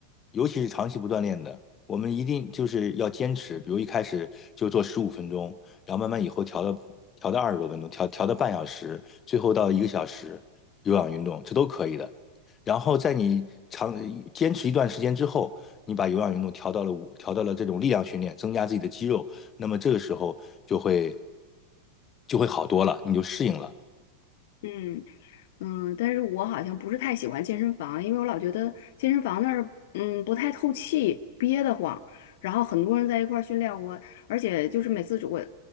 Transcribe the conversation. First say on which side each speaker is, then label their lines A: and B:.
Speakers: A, on the left (about 25°); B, on the left (about 50°).
A: 尤其是长期不锻炼的，我们一定就是要坚持。比如一开始就做十五分钟，然后慢慢以后调到调到二十多分钟，调调到半小时，最后到一个小时有氧运动，这都可以的。然后在你长坚持一段时间之后，你把有氧运动调到了五，调到了这种力量训练，增加自己的肌肉，那么这个时候就会就会好多了，你就适应了。
B: 嗯嗯，但是我好像不是太喜欢健身房，因为我老觉得健身房那儿嗯不太透气，憋得慌。然后很多人在一块儿训练我，而且就是每次我，